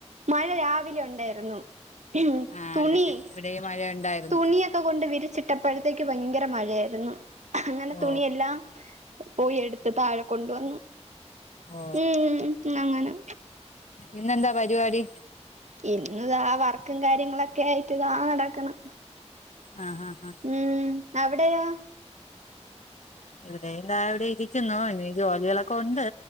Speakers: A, on the right; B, on the left.
A: മഴ രാവിലെ ഉണ്ടായിരുന്നു ഉം
B: ആ
A: തുണി
B: ഇവിടെ ഇവിടെയും മഴ ഉണ്ടായിരുന്നു
A: തുണിയൊക്- ക്കെ കൊണ്ട് വിരിച്ചിട്ടപ്പോഴത്തേക്ക് ഭയങ്കര മഴയായിരുന്നു അങ്ങനെ
B: ഓ
A: തുണിയെല്ലാം പോയി എട്ത്ത് താഴെ കൊണ്ടുവന്നു..
B: ഓ
A: ഉം ഹും. അങ്ങന..
B: ഇന്നെന്താ പരിവാടി..
A: ഇന്ന്താ. വർക്കും കാര്യങ്ങളൊക്കായിട്ട്. താ നടക്ണ്..
B: ആ ഹാ ഹാ.
A: ഉം. അവിടെയോ..
B: ഇവിടെയും താ ഇവിടെ ഇരിക്കുന്നു. ഇനിയു ജോലികളൊക്കൊ ഉണ്ട്..